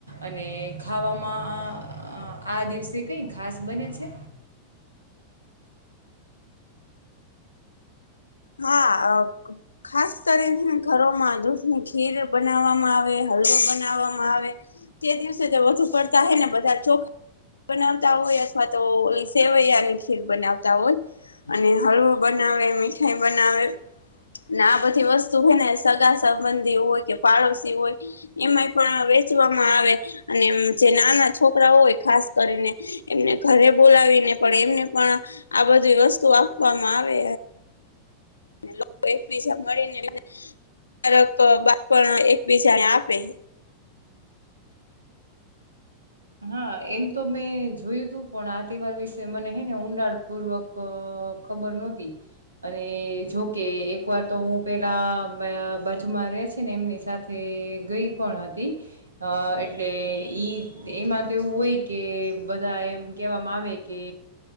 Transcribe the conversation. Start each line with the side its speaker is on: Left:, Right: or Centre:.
Right: અને ખાવામાં આ દિવસે કઈ ખાસ બને છે.
Left: હા. ખાસ કરીને ઘરોમાં દૂધ ની ખીર બનાવવામાં આવે હળવો બનાવવામાં આવે તે દિવસે વધુ પડતા હે ને બધા ચોકરી બનાવતા હોય અથવા તો સેવૈયા ની ખીર બનાવતા હોય અને હળવો બના બનાવે મીઠાઈ બનાવે આ બધી વસ્તુ હોય ને સગા સંબંધી હોય કે પાડોશી હોય એમાંય પણ આવે અને જે નાના છોકરા હોય ખાસ કરીને એમને ઘરે બોલાવી પણ એમને પણ આ બધી વસ્તુ આપવામાં આવે લોકો એકબીસાા મળીને બધા કારક બાપ એકબીજાને આપે
Right: <unintelligible> હા એમ તો મેં જોયું તું પણ આ તહેવાર વિશે મને હે ને ઊંડાડ પૂર્વક ખબર નતી અને જોકે એક વાર તો હું પેલા બાજુમાં છે ને એમની સાથે ગઈ પણ હતી અ એટલે ઈ એમાં તો એવું હોય કે બધા એમ કેહેવામાં આવે કે